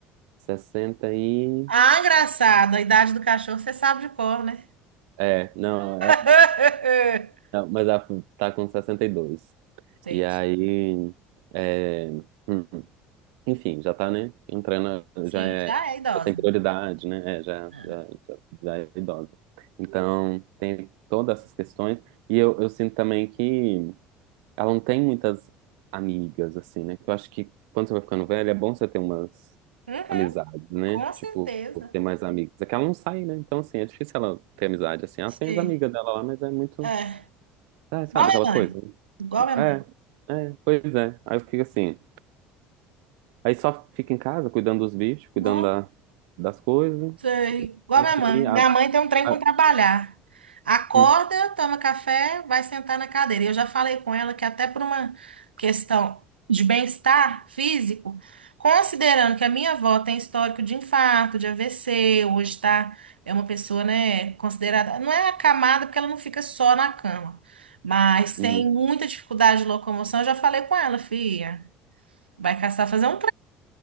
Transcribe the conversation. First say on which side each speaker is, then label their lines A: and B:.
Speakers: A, on the right (about 70°); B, on the right (about 90°).
A: 60 e.
B: Ah, engraçado. A idade do cachorro você sabe de cor, né?
A: É, não, é,
B: <laughs>
A: não, mas ela tá com 62.
B: Entendi.
A: E dois. E aí. É, hum, enfim, já tá, né? Entrando,
B: Sim,
A: já é.
B: já é idosa.
A: Já tem prioridade, né? É, já,
B: É.
A: já, já já é idosa. Então, tem todas essas questões. E eu, eu sinto também que. Ela não tem muitas amigas, assim, né? Que eu acho que quando você vai ficando velha, é bom você ter umas
B: Uhum,
A: amizades, né?
B: com certeza.
A: Tipo, ter mais amigos. É que ela não sai, né? Então, assim, é difícil ela ter amizade, assim. Ela
B: Sim.
A: tem as amigas dela lá, mas é muito.
B: É.
A: É, sabe
B: Igual minha
A: aquela
B: mãe.
A: coisa?
B: Igual minha
A: É, é, pois é. Aí eu fico assim. Aí só fica em casa cuidando dos bichos, cuidando
B: mãe.
A: da, das coisas.
B: Sei. Igual
A: E
B: minha mãe.
A: aí. A,
B: Minha mãe tem um trem
A: a-
B: com trabalhar. Acorda,
A: hum,
B: toma café, vai sentar na cadeira. Eu já falei com ela que até por uma questão de bem-estar físico, considerando que a minha avó tem histórico de infarto, de AVC, hoje tá, é uma pessoa, né, considerada, não é acamada porque ela não fica só na cama, mas
A: uhum,
B: tem muita dificuldade de locomoção. Eu já falei com ela, filha, vai caçar fazer um